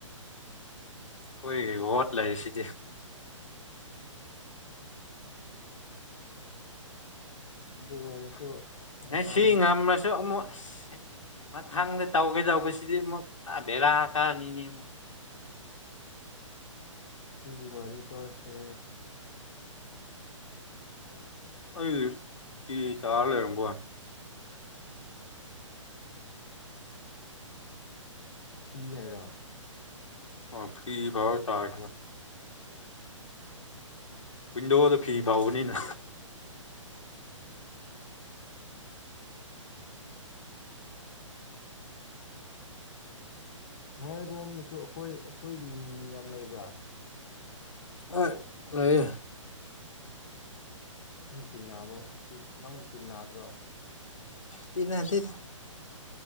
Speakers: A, on the left (about 75°); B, on the left (about 50°).
A: ꯈꯣꯏꯒꯤ ꯋꯠ ꯂꯩꯔꯤꯁꯤꯗꯤ
B: ꯑꯗꯨ ꯑꯣꯏꯔꯁꯨ ꯃꯇꯝ
A: ꯉꯁꯤ ꯉꯝꯔ ꯁꯨ ꯑꯃꯨꯛ ꯑꯁ ꯃꯊꯪꯗ ꯇꯧꯒꯗꯧꯕꯁꯤꯗꯤ ꯑꯃꯨꯛ ꯕꯦꯔꯥ ꯀꯥꯅꯤꯅꯦ ꯑꯃꯨꯛ
B: ꯁꯤꯒꯤ ꯋꯥꯔꯤ ꯇꯧꯔꯁꯦ
A: ꯑꯩ ꯐꯤ ꯇꯥꯔ ꯂꯩꯔꯝꯕꯣ
B: ꯐꯤ ꯍꯥꯏꯔꯣ
A: ꯑꯣ ꯐꯤ ꯐꯧꯔ ꯇꯥꯔ
B: <unintelligible>
A: ꯋꯤꯟꯗꯣꯗ ꯐꯤ ꯐꯥꯎꯕꯅꯤꯅ
B: ꯎꯝ ꯅꯣꯏ ꯔꯣꯝꯗꯁꯨ ꯑꯩꯈꯣꯏ ꯑꯩꯈꯣꯏꯒꯤ ꯃꯤ ꯃꯤ ꯌꯥꯝ ꯂꯩꯕ꯭ꯔꯥ
A: ꯍꯣꯏ ꯂꯩꯌꯦ
B: ꯅꯪ ꯇꯤꯟꯅꯕ ꯅꯪ ꯇꯤꯟꯅꯗ꯭ꯔꯣ
A: ꯇꯅꯗꯦꯗ